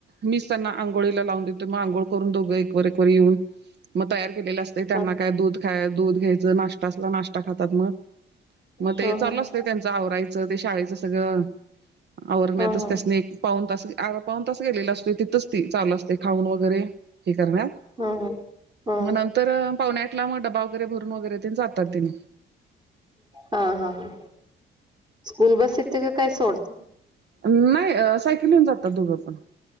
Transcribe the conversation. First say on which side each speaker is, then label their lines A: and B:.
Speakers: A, on the right (about 60°); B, on the right (about 20°).
A: मीच त्यांना आंघोळीला लावून देतो मग आंघोळ करून दोघं एक वर, एक वर येऊन. मग तयार केलेले असते त्यांना
B: हा
A: काय दूध. हा दूध घ्यायच नाष्टा असला नाष्टा खातात मग मग ते
B: हा
A: चालू
B: हा
A: अस त्यांच आवरायचं ते शाळेचं सगळं आवरण्यातच
B: हा हा
A: त्यानी एक पाऊन तास अर्धा पावन तास गेलेला असतो. तिथ ती चालु असते खाऊन वगैरे हे करण्यात
B: हा हा हा
A: म नंतर तर पावणे आठला मग डबा वगैरे भरून वगैरे ते जातात तेने.
B: हा, हा, हा स्कूल बस येत का काय सोडते?
A: नाही सायकली वरुण जातात दोघं.